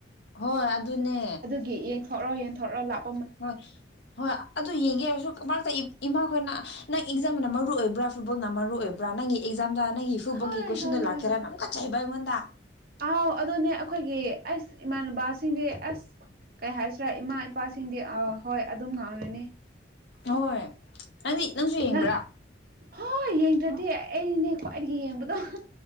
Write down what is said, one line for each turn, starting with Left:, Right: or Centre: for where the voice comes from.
Left: ꯍꯣꯏ ꯑꯗꯨꯅꯦ
Right: ꯌꯦꯡꯊꯣꯔꯛꯑꯣ ꯌꯦꯡꯊꯣꯔꯛꯑꯣ ꯂꯥꯞꯄ
Left: ꯍꯣꯏ ꯍꯣꯏ ꯑꯗꯨ ꯌꯦꯡꯒꯦ ꯍꯥꯏꯔꯁꯨ ꯃꯔꯛꯇ ꯏꯃꯥꯈꯣꯏꯅ ꯅꯪ ꯑꯦꯛꯖꯝꯅ ꯃꯔꯨ ꯑꯣꯏꯕꯔ ꯐꯨꯠꯕꯣꯜꯅ ꯃꯔꯨ ꯑꯣꯏꯕꯔ ꯅꯪꯒꯤ ꯑꯦꯛꯖꯥꯝꯗ ꯅꯪꯒꯤ ꯐꯨꯠꯕꯣꯜꯒꯤ
Right: ꯍꯣꯏ
Left: ꯀꯣꯏꯁꯟ
Right: ꯍꯣꯏ ꯍꯣꯏ
Left: ꯂꯥꯛꯀꯦꯔ
Right: ꯍꯣꯏ
Left: ꯑꯃꯛꯀꯥ ꯆꯩꯕ ꯑꯩꯉꯣꯟꯗ
Right: ꯑꯥꯎ ꯑꯗꯨꯅꯦ ꯑꯈꯣꯏꯒꯤ ꯑꯩꯁ ꯏꯃꯥꯟꯅꯕꯁꯤꯡꯗꯤ ꯑꯁ ꯀꯩ ꯍꯥꯏꯁꯤꯔꯥ ꯏꯃꯥ ꯏꯄꯥꯁꯤꯡꯗꯤ ꯑ ꯍꯣꯏ ꯑꯗꯨꯝ ꯉꯥꯡꯔꯅꯤ
Left: ꯍꯣꯏ ꯅꯪꯗꯤ ꯅꯪꯁꯨ ꯌꯦꯡꯕꯔ
Right: ꯅꯪ ꯍꯣꯏ ꯌꯦꯡꯗ꯭ꯔꯗꯤ ꯑꯩꯅꯦ ꯈ꯭ꯋꯥꯏꯗꯒꯤ ꯌꯦꯡꯕꯗꯣ